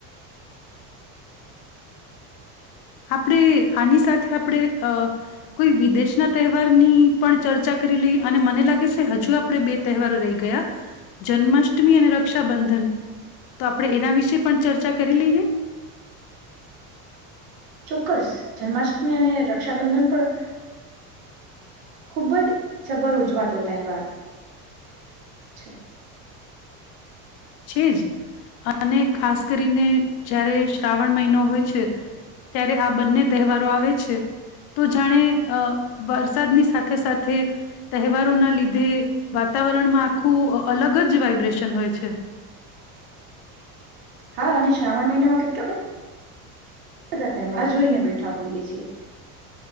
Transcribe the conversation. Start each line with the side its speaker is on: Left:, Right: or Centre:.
Left: આપણે આની સાથે આપણે, અ કોઈ વિદેશના તહેવારની પણ ચર્ચા કરી લઈએ અને મને લાગે છે, હજુ આપણે બે તહેવારો રહી ગયા જન્માષ્ટમી અને રક્ષાબંધન તો આપણે એના વિશે પણ ચર્ચા કરી લઈએ.
Right: ચોક્કસ જન્માષ્ટમી અને રક્ષાબંધન પણ ખૂબ જ સભર ઉજવાતો તહેવાર છે.
Left: છે જ, અને ખાસ કરીને જારે શ્રાવણ મહિનો હોય છે, ત્યારે આ બંને તહેવારો આવે છે, તો જાણે વરસાદની સાથે સાથે, તહેવારોના લીધે વાતાવરણમાં આખું અલગ જ વાઈબ્રેશન હોય છે.
Right: હા અને શ્રાવણ મહિનામાં કેટલા બ બધા તહેવાર જોઈને બેઠા હોઈએ છીએ.